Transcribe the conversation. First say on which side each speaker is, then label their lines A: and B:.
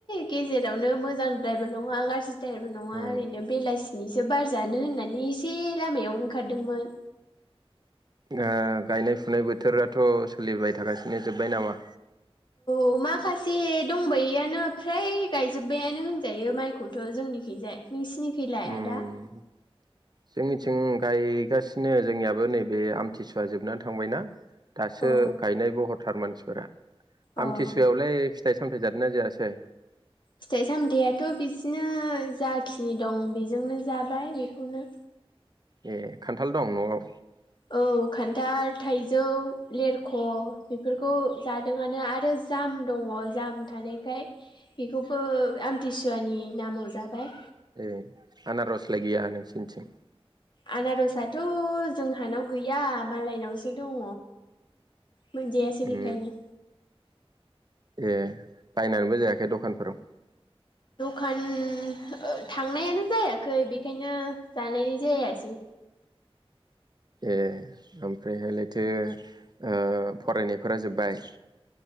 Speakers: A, on the left (about 50°); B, on the right (about 45°).
A: गेजेरावनो मोजांद्रायबो नङा गाज्रि द्रायबो नङा
B: उम
A: ओरैनो बेलासिनिसो बारजानो होननानै एसे लामायाव ओंखारदोंमोन
B: ओ गायनाय फुनाय बोथोराथ' सोलिबाय थागासिनो जोब्बाय नामा
A: औ माखासे दंबायैआनो फ्राय गायजोब्बायानो होनजायो माइखौथ' जोंनिखैजाय नोंसिनिखैलाय
B: उम
A: आदा
B: जोंनिथिं गायगासिनो जोंनियाबो नैबे आमथिसुवा जोबनानै थांबायना दासो
A: अ
B: गायनायबो हरथार मानसिफोरा
A: अ
B: आमथिसुवायावलाय फिथाइ सामथाय जादोंना जायासै
A: फिथाइ सामथायाइआथ' बिदिनो जाखिनि दं बेजोंनो जाबाय बेखौनो
B: ए खान्थाल दं न'आव
A: औ दाल थाइजौ लेरख' बेफोरखौ जादोंआनो आरो जाम दङ जाम थानायखाय बेखौबो आमथिसुवानि नामाव जाबाय
B: ए आनारसला गैया नोंसिनिथिं
A: आनारसथ' जोंहानाव गैया मालायनावसो दङ मोनजे ए
B: उम
A: बिखाय नो
B: ए बायनानैबो जायाखै दखानफोराव
A: खान ओ थांनायानो जायाखै बेखायनो जानाय जायासै।
B: ए ओमफ्रायहाय लायथो। ओ फरायनायफोरा जोब्बाय।